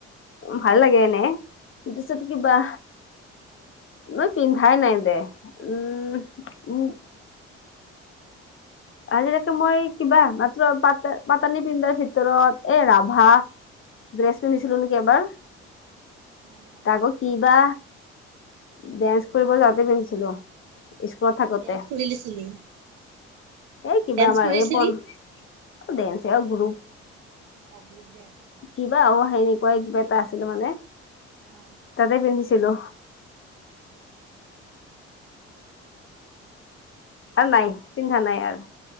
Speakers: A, on the left; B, on the right.
A: ভাল লাগে এনে <unintelligible> কিবা মই পিন্ধাই নাই দে। উম উ। আজিলৈকে মই কিবা মাত্ৰ পাতা পাতানী পিন্ধাৰ ভিতৰত এ ৰাভা ড্ৰেছ পিন্ধছিলো নেকি এবাৰ।
B: অ'
A: তাকো কিবা ডেন্স কৰিব যাওঁতে পিন্ধিছিলো। স্কুলত থাকোতে
B: ডেন্স <unintelligible>
A: এ কিবা
B: ডেন্স
A: আমাৰ
B: কৰিছিলি?
A: এই পন দেঞ্চয়ে গ্ৰুপ।
B: <unintelligible>
A: কিবা অ সেই এনেকুৱাই কিবা এটা আছিলে মানে।
B: অঁ
A: তাতে পিন্ধিছিলো। আৰু নাই পিন্ধা নাই আৰু।